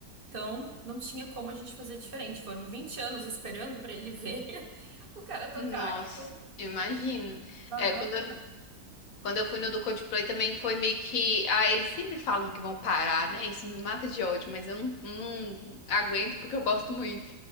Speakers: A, on the right; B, on the left.
A: Então, não tinha como a gente fazer diferente. Foram 20 anos esperando pra ele ver <laughs> o cara tocar,
B: Nossa,
A: então
B: imagino.
A: valeu
B: É, quando
A: a pena.
B: Quando eu fui no do Coldplay também foi meio que. Ah, eles sempre falam que vão parar, né? Isso me mata de ódio, mas eu não, não aguento porque eu gosto muito.